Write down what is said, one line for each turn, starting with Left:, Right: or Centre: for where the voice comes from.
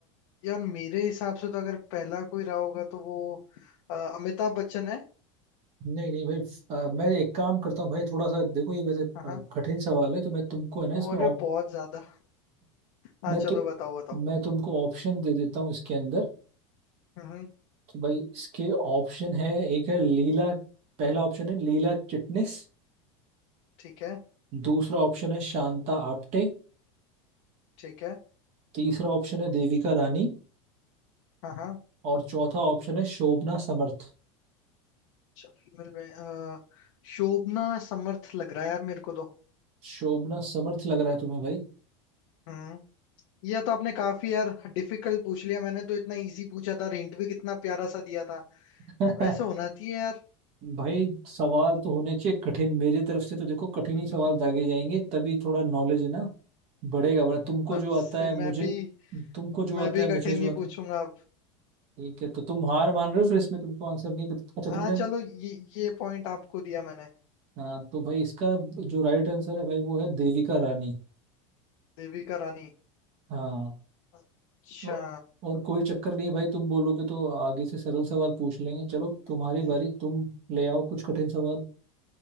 Left: यार मेरे हिसाब से तो अगर पहला कोई रहा होगा तो वो अ, अमिताभ बच्चन है
Right: नहीं नहीं भाई अ, मैं एक काम करता हूँ भाई थोड़ा सा देखो ये वैसे
Left: हाँ
Right: अ,
Left: हाँ
Right: कठिन सवाल है तो मैं तुमको है ना इसमें
Left: अरे बहुत ज्यादा हाँ
Right: मैं
Left: चलो
Right: तो
Left: बताओ बताओ
Right: मैं तुमको ऑप्शन दे देता हूँ इसके अंदर
Left: हम्म हम्म,
Right: तो भाई इसके ऑप्शन है एक है लीला पहला ऑप्शन है लीला चिटनिस
Left: ठीक है
Right: दूसरा ऑप्शन है शांता आप्टे
Left: ठीक है
Right: तीसरा ऑप्शन है देविका रानी
Left: हाँ हाँ
Right: और चौथा ऑप्शन है शोभना समर्थ
Left: चलो, मिल में अ, शोभना समर्थ लग रहा है यार मेरे को तो
Right: शोभना समर्थ लग रहा है तुम्हें भाई
Left: हम्म यह तो आपने काफी यार डिफिकल्ट पूछ लिया मैंने तो इतना इजी पूछा था और हिंट भी कितना प्यारा सा दिया था
Right: <laughs>
Left: वैसे होना चाहिए यार
Right: भाई सवाल तो होने चाहिए कठिन मेरी तरफ से तो देखो कठिन
Left: <laughs>
Right: ही सवाल दागे जाएंगे तभी थोड़ा नॉलेज है ना बढ़ेगा वरना तुमको
Left: अब
Right: जो
Left: से
Right: आता है
Left: मैं
Right: मुझे
Left: भी
Right: तुमको जो
Left: मैं
Right: आता
Left: भी
Right: है मुझे
Left: कठिन
Right: जो
Left: नहीं
Right: आता
Left: पूछूंगा
Right: है
Left: अब
Right: ठीक है तो तुम हार मान रहे हो फिर इसमें तुमको आंसर नहीं पता अच्छा तुमने
Left: हाँ चलो ये ये पॉइंट आपको दिया मैंने
Right: हाँ तो भाई इसका जो राइट आंसर है भाई वो है देविका रानी
Left: देविका रानी
Right: हाँ
Left: अच्छा
Right: तो- और कोई चक्कर नहीं भाई तुम बोलोगे तो आगे से सरल सवाल पूछ लेंगे चलो तुम्हारी
Left: अरे
Right: बारी तुम ले आओ कुछ कठिन सवाल